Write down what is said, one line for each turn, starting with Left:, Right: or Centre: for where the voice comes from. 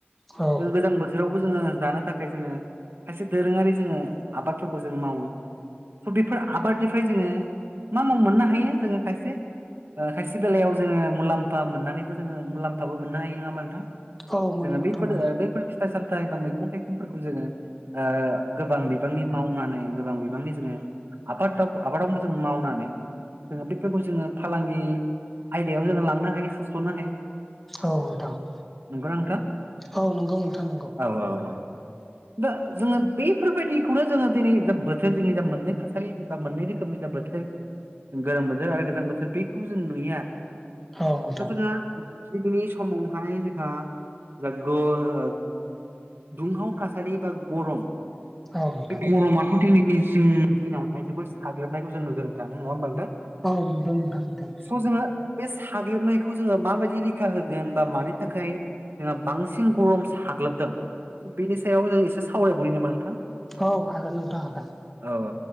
Centre: औ
Right: जों गोजां बोथोरावबो जोङो जानो थाखाय जोङो खायसे दोरोङारि जोङो आबादफोरखौ जों मावो । स बेफोर आबादनिफ्राय जोङो मा माव मोननो हायो जोङो खायसे ओ खायसे बेलायाव जोङो मुलाम्फा मोननानैबो जोङो मुलाम्फाबो मोननो हायो । नङा होमबा नोंथां?
Centre: औ मोनो
Right: जोङो
Centre: नोंथां
Right: बेफोर
Centre: मोनो
Right: बैफोर फिथाइ सामथाइ बा मैगं थाइगंफोरखौ जोङो ओ गोबां बिबांनि मावनानै गोबां बिबांनि जोङो आबादाव आबादावनो जों मावनानै जोङो बेफोरखौ जोङो फालांगि आयदायाव जोङो लांनो हायो सोस'नो हायो ।
Centre: औ नोंथां ।
Right: नंगोना नोंथां?
Centre: औ नंगौ नोंथां नंगौ
Right: औ औ औ दा जोङो बैफोरबायदिखौनो जोङो दिनै जा बोथोर जोंनि जा मोननै थासारि बा मोननै रोखोमनि जा बोथोर गोलोम बोथोर आरो गोजां बोथोर बेखौ जों नुयो आरो
Centre: औ नोंथां
Right: फनि समावहाय जोंहा दुंहाव थासारि बा गरम
Centre: औ नोंथां
Right: बे गरमा दिनैनिसिं दिनावहाय जोबोद साग्लोबनायखौ जों नुदों नोंथां नङा होनबा नोंथां?
Centre: औ दं दां दं
Right: स' जोङो बे साग्लोबनायख बेखौ जोङो माबायदि रैखा होगोन बा मानि थाखाय जोंहा बांसिन गरम साग्लोबदों बेनि सायाव जों एसे सावरायबावनि नामा नोंथां?
Centre: औ हागोन नोंथां हागोन
Right: औ औ